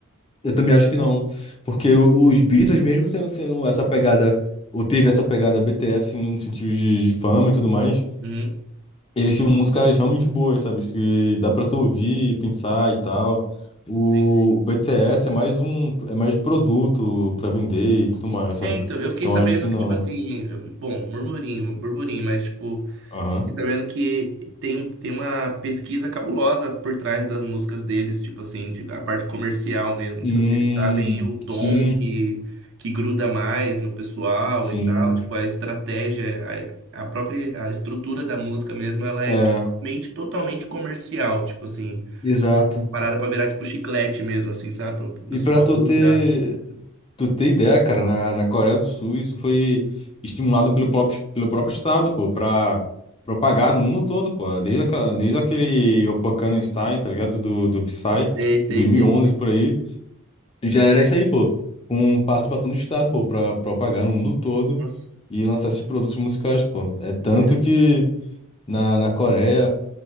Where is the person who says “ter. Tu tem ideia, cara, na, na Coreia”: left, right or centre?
Left